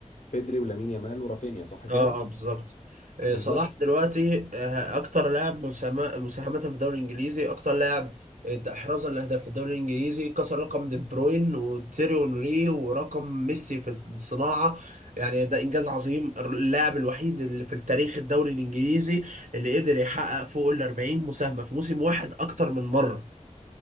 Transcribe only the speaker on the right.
اه اه بالظبط آه،
صلاح دلوقتي آه، اكتر لاعب مساهمة- مساهمة في الدوري الانجليزي اكتر لاعب آه، احرازا لاهداف في الدوري الانجليزي كسر رقم دي بروين وتيري اونري ورقم ميسي في الصناعة يعني ده انجاز عظيم اللاعب الوحيد اللي في التاريخ الدوري الانجليزي اللي قدر يحقق فوق ال 40 مساهمة في موسم واحد اكتر من مرة